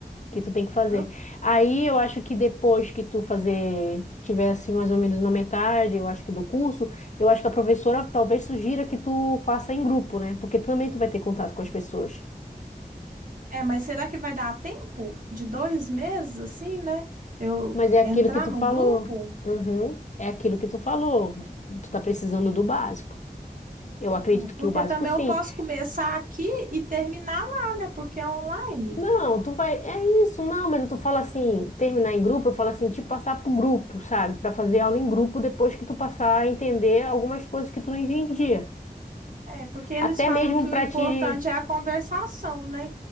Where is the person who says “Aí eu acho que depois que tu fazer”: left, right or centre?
Left